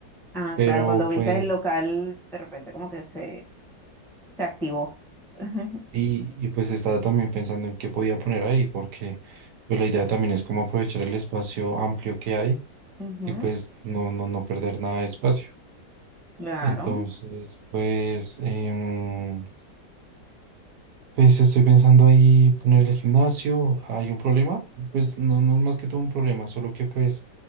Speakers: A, in the centre; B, on the right.
A: Ah,
B: pero
A: claro, cuando viste
B: pues,
A: el local, de repente como que se, se activó. <laughs>
B: y, y pues estaba también pensando en qué podía poner ahí, porque pues la idea también es como aprovechar el espacio amplio que hay
A: Ujú.
B: y pues no, no, no perder nada de espacio.
A: Claro.
B: Entonces, pues, em, Pues estoy pensando ahí poner el gimnasio. ¿Hay un problema? Pues no, no es más que todo un problema, solo que pues